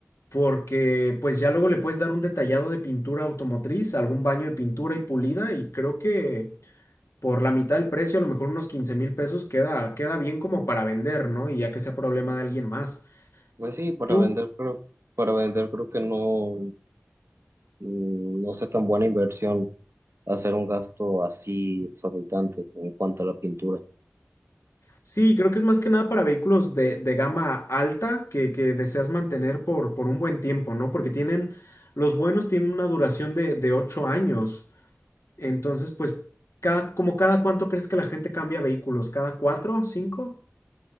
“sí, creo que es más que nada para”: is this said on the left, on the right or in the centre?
Left